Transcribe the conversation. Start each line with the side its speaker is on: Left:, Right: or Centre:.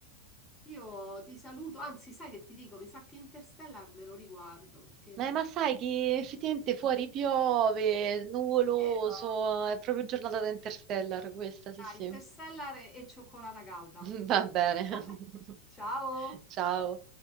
Left: Io ti saluto, anzi, sai che ti dico, mi sa che Interstellar me lo riguardo perché
Right: Eh,
Left: mh,
Right: ma sai che effettivamente fuori piove, nuvoloso,
Left: Vero?
Right: è proprio giornata da Interstellar questa, sì,
Left: Dai,
Right: sì.
Left: tessella re- e cioccolata calda.
Right: <laughs> Va bene.
Left: <laughs>
Right: <laughs>
Left: Ciao!
Right: Ciao.